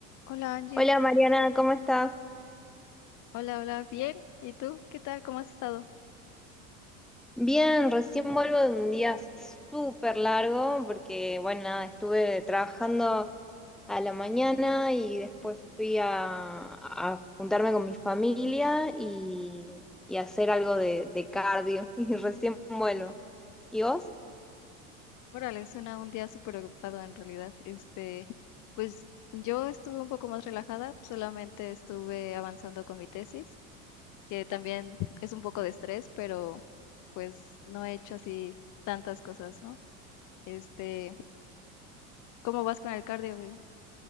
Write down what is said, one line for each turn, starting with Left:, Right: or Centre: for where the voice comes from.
Left: Hola Angie,
Centre: Hola
Left: ¿cómo-
Centre: Mariana, ¿cómo estás?
Left: Hola, hola, bien. ¿Y tú? ¿Qué tal? ¿Cómo has estado?
Centre: Bien, recién vuelvo de un día súper largo porque, bueno, nada, estuve trabajando a la mañana y después fui a, a juntarme con mi familia y, y hacer algo de, de cardio <laughs> y recién vuelvo. ¿Y vos?
Left: Órale, suena un día súper ocupado en realidad. Este, pues yo estuve un poco más relajada, solamente estuve avanzando con mi tesis, que también es un poco de estrés, pero pues no he hecho así tantas cosas, ¿no? Este, ¿cómo vas con el cardio? y